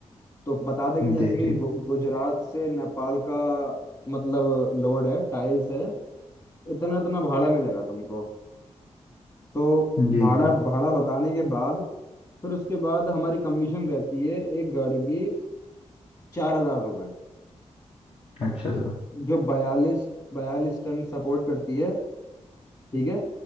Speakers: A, on the left; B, on the left.
A: तो बता देंगे
B: जी
A: जैसे कि
B: जी
A: गु, गुजरात से नेपाल का मतलब लोड है टाइल्स है इतना इतना भाड़ा मिलेगा तुमको तो
B: जी
A: भाड़ा
B: जी
A: भाड़ा बताने के बाद फिर उसके बाद हमारी कमीशन रहती है एक गाड़ी की चार हजार रुपये
B: अच्छा सर
A: जो बयालीस बयालीस टन सपोर्ट करती है ठीक है